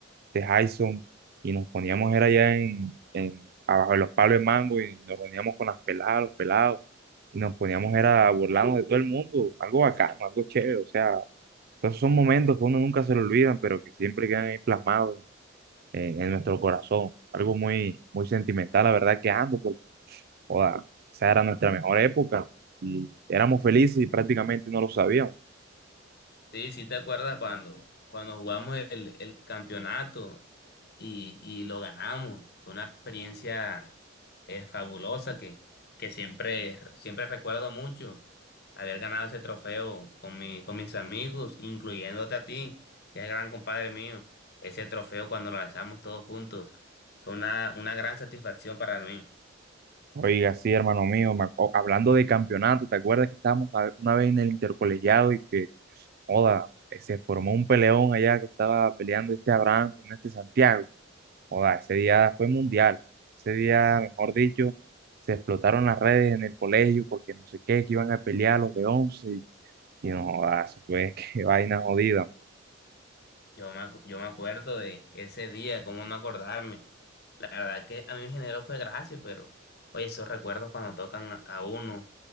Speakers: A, on the right; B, on the left.
A: de Hyson, y nos poníamos, era allá en, en- abajo de los palos de mango, y nos reuníamos con las peladas, los pelados, y nos poníamos, era a burlarnos de todo el mundo, algo bacano, algo chévere, o sea, esos son momentos que uno nunca se lo olvidan, pero que siempre quedan ahí plasmados en, en nuestro corazón, algo muy, muy sentimental, la verdad que ando, porque, joda, esa era nuestra mejor época, y éramos felices y prácticamente no lo sabíamos.
B: Sí, sí te acuerdas cuando, cuando jugamos el, el campeonato y, y lo ganamos. Fue una experiencia eh, fabulosa que, que siempre, siempre recuerdo mucho haber ganado ese trofeo con mi, con mis amigos, incluyéndote a ti, que es gran compadre mío. Ese trofeo cuando lo lanzamos todos juntos fue una, una gran satisfacción para mí.
A: Oiga, sí, hermano mío, me acu- hablando de campeonato, ¿te acuerdas que estábamos a- una vez en el intercolegiado y que Oda, eh, se formó un peleón allá que estaba peleando este Abraham con este Santiago. Oda, ese día fue mundial. Ese día, mejor dicho, se explotaron las redes en el colegio porque no sé qué, que iban a pelear los de 11 Y, y no, joda, eso fue <laughs> qué vaina jodida. hombre.
B: Yo me, acu- yo me acuerdo de ese día, cómo no acordarme. La verdad que a mí me generó fue gracia, pero oye, esos recuerdos cuando tocan a uno,